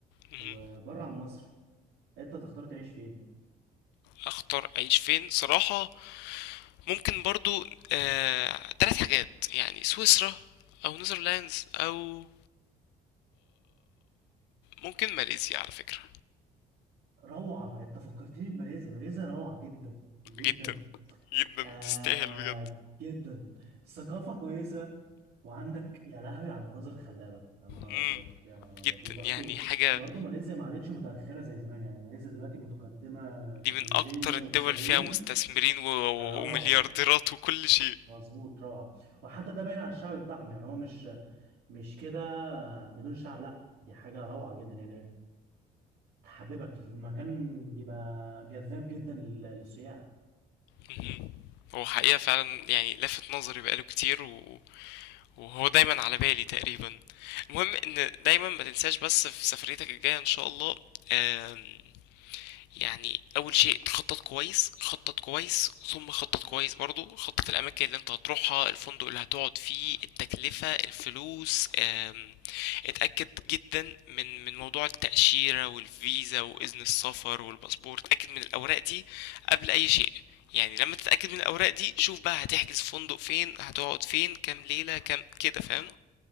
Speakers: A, on the left; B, on the right.
A: مهم.
B: وبره عن مصر انت تختار تعيش فين
A: اختار اعيش فين صراحة ممكن برضو آه تلات حاجات يعني سويسرا او نيذرلاندز او ممكن ماليزيا على فكرة
B: روعة انت فكرتني بماليزيا ماليزيا روعة جدا جدا
A: جدا جدا
B: آه
A: تستاهل بجد
B: جدا الثقافة كويسة وعندك يا لهوي على المناظر الخلابة يا نهار
A: مم.
B: أبيض يا نهار أبيض
A: جدا
B: وبرضه
A: يعني حاجة
B: برضه ماليزيا ما عادتش متأخرة زي زمان يعني ماليزيا دلوقتي متقدمة تكنولوجيا
A: دي من أكتر
B: واقتصاديا
A: الدول فيها مستثمرين و... و...
B: روعة
A: ومليارديرات وكل شيء
B: مظبوط روعة وحتى ده باين على الشعب بتاعهم يعني هو مش مش كده بدون شعب لا دي حاجة روعة جدا يعني تحببك المكان بيبقى جذاب جدا لل- للسياح
A: مهم. هو حقيقة فعلا يعني لفت نظري بقاله كتير و... وهو دايما على بالي تقريبا المهم ان دايما ما تنساش بس في سفريتك الجاية ان شاء الله آم، يعني اول شيء تخطط كويس خطط كويس ثم خطط كويس برضو خطط الاماكن اللي انت هتروحها الفندق اللي هتقعد فيه التكلفة الفلوس آم، اتاكد جدا من من موضوع التاشيرة والفيزا واذن السفر والباسبور اتاكد من الاوراق دي قبل اي شيء يعني لما تتاكد من الاوراق دي شوف بقى هتحجز فندق فين هتقعد فين كام ليلة كام كده فاهم